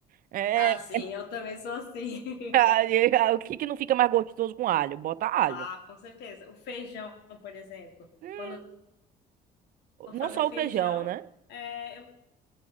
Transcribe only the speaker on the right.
É,
<laughs> o que que não fica mais gostoso com alho? Bota alho.
Hum,
Não
só
o feijão, né?